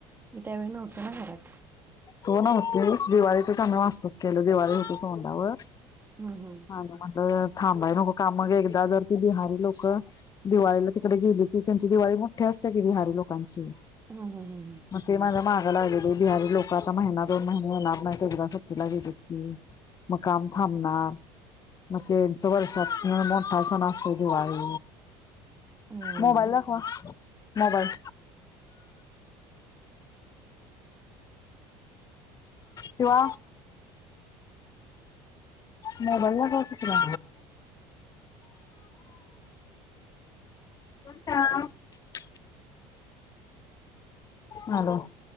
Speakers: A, on the right (about 20°); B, on the left (about 35°).
A: मी त्यावेळी नव्हते ना घरात
B: तो नव्हते दिवाळीचम्ही वास्तूक केलं दिवाळी होती तोंडावर
A: हम्म हम्म
B: आणि म्हटलं थांबाय नको का मग एकदा जर ती बिहारी लोक दिवाळीला तिकडे गेली कि त्यांची दिवाळी मोठ्या क बहारी लोकांची
A: हा हा हा हा
B: मग ते <unintelligible> बिहारी लोक आता महिना दोन महिने येणार नाहीत एकदा सुट्टीला गेले की, मग काम थांबणार. मग त्यांच वर्षातनं मोठ्ठा सण असतो दिवाळी
A: हम्म
B: मोबाईल दाखवा. मोबाईल किंवा मोबाईल दाखवा. <unintelligible> <unintelligible> हॅलो